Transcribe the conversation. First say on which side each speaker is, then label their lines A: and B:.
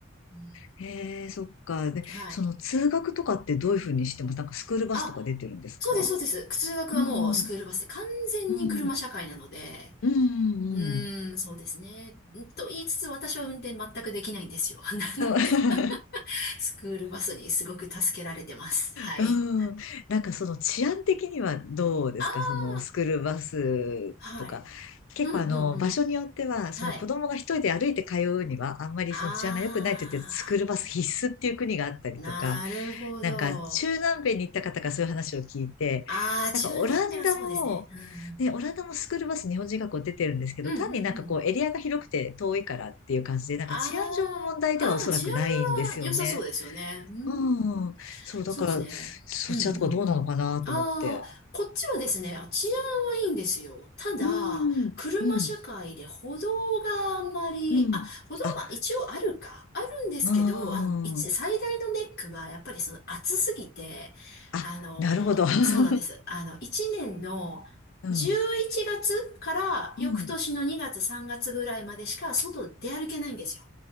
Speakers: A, on the left (about 50°); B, on the left (about 70°).
A: うん
B: へえ、そっか。で、
A: はい。
B: その通学とかってどういうふうにしてますなんかスクールバスとか出てるんですか
A: あ、そうです、そうです。通学はもうスクールバスで、
B: うん、うん、
A: 完全に車社会なので、
B: うん、うん、
A: うーん、
B: うん。
A: そうですね。と言いつつ私は運転全くできないんですよ。<laughs> なので、
B: <laughs>
A: <laughs> スクールバスにすごく助けられてます。はい。
B: うん、なんかその治安的にはどうですかそのスクールバスとか。
A: ああ、はい。
B: 結構あの場所によっては、
A: うんうんうん。はい。
B: その子供が一人で歩いて通うには、あんまりその治安が良くないって言って、
A: あ
B: スクールバス必須っていう国があったりとか、
A: あ、なるほど。
B: なんか中南米に行った方がそういう話を聞いて、
A: ああ、中南米はそうですね。
B: なんかオランダも、
A: うん。
B: ね、オランダもスクールバス日本人学校出てるんですけど、
A: うんうんうん。
B: 単になんかこうエリアが広くて遠いからっていう感じで、なんか治安上の問題ではおそらくないんですよね。
A: ああ、ああ、治安は良さそうですよね。うん
B: うん。そう、だから、
A: そうですね。
B: そちらとかどうなのかなと思って。
A: うんうんうん。ああ、こっちはですね、あ治安はいいんですよ。ただ、
B: うん、
A: 車社会で歩道があんまり、
B: うん、うん。
A: あ、歩道は一応あるか、
B: あ、
A: あるんですけど、
B: う
A: あの、一、
B: ん。
A: 最大のネックはやっぱりその暑すぎて、
B: あ、
A: あの、
B: なるほど。<laughs>
A: そうなんです。あの、1年の11月から翌年の2月3月ぐらいまでしか外出歩けないんですよ。
B: うん。うん。